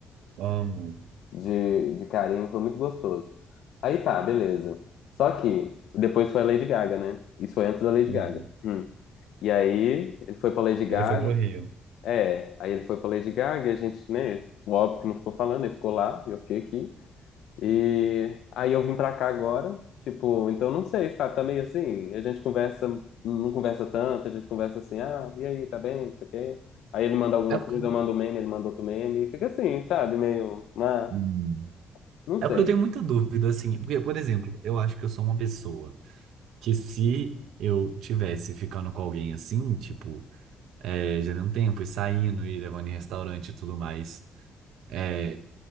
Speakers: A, on the right; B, on the left.
A: amo.
B: de, de carinho, foi muito gostoso. Aí tá, beleza. Só que depois foi a Lady Gaga, né? Isso foi antes da Lady
A: Uhum.
B: Gaga. Hum. E aí ele foi pra Lady Gaga.
A: Ele foi pro Rio.
B: É, aí ele foi pra Lady Gaga e a gente, né? Óbvio que não ficou falando, ele ficou lá, e eu fiquei aqui. E aí eu vim pra cá agora. Tipo, então não sei, sabe? Tá meio assim, a gente conversa, não conversa tanto, a gente conversa assim, ah, e aí, tá bem, não sei o quê. Aí ele manda alguma
A: É porque,
B: coisa, eu mando um meme, ele manda outro meme, e fica assim, sabe? Meio, ah,
A: Hum.
B: não sei.
A: é porque eu tenho muita dúvida, assim. Porque, por exemplo, eu acho que eu sou uma pessoa que se eu tivesse ficando com alguém assim, tipo, é, já deu um tempo e saindo e levando em restaurante e tudo mais, é,